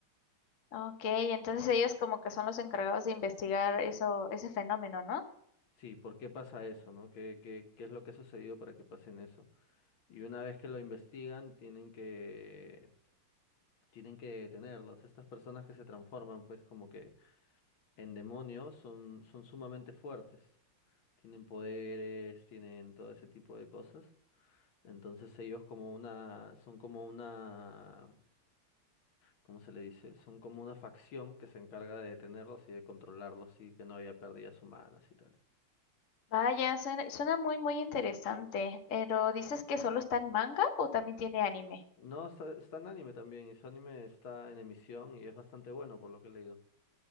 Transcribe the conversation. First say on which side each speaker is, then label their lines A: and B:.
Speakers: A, on the left; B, on the left.
A: Ok, entonces ellos como que son los encargados de investigar eso, ese fenómeno, ¿no?
B: Sí, ¿por qué pasa eso, no? ¿Qué, qué, qué es lo que ha sucedido para que pasen eso? Y una vez que lo investigan, tienen que, tienen que detenerlos. Estas personas que se transforman, pues, como que en demonios, son, son sumamente fuertes. Tienen poderes, tienen todo ese tipo de cosas. Entonces ellos como una, son como una, ¿cómo se le dice? Son como una facción que se encarga de detenerlos y de controlarlos y que no haya pérdidas humanas y tal.
A: Vaya, suena, suena muy, muy interesante. Pero ¿dices que solo está en manga o también tiene anime?
B: No, está, está en anime también y su anime está en emisión y es bastante bueno por lo que he leído.